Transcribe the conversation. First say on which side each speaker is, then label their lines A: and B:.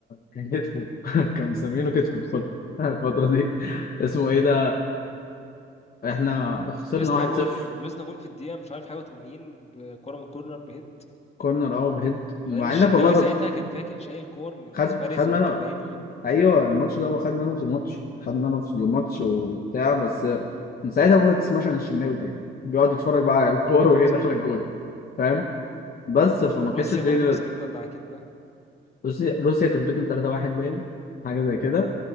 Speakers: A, on the left (about 45°); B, on the left (about 30°).
A: كان كتفه <laughs> كان مسمينه
B: كان كتفه
A: كتفه
B: بالظبط
A: الفترة <laughs> الفترة دي اسمه ايه ده احنا خسرنا
B: لبسنا
A: 1-0
B: جون لبسنا جون في الدقيقة مش عارف حاجة و80 بكرة من كورنر بهيد
A: كورنر اه بهيد
B: مع
A: مع
B: إن الشناوي
A: انك والله كنت
B: ساعتها كان فاكر شايل كور من
A: خد
B: سواريز
A: خد
B: ومن
A: منه
B: كافاني
A: ايوه الماتش ده هو خد منه في الماتش خد منه في الماتش وبتاع بس من ساعتها بقى ما تسمعش عن الشناوي تاني بيقعد يتفرج بقى على الكور
B: وخلاص
A: وهي داخله
B: ف
A: الجون فاهم بس فما
B: روسيا
A: كانتش الدنيا
B: برضو مسكتنا دعكتنا
A: روسيا روسيا كسبتنا 3-1 باين حاجه زي كده